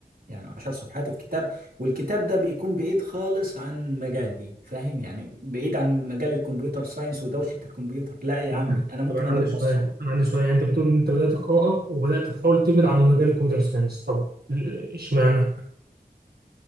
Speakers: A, on the right; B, on the right.
A: يعني عشر صفحات الكتاب والكتاب ده بيكون بعيد خالص عن مجالي فاهم يعني بعيد عن مجال الكمبيوتر ساينس ودوشة الكمبيوتر لا يا
B: طب
A: عمي أنا ممكن
B: طب انا عندي
A: أقرأ
B: سؤال
A: قصة
B: انا عندي سؤال يعني انت بتقول ان انت بدات قراءه وبدات تحاول تبعد عن مجال الكمبيوتر ساينس طب ال- اشمعنى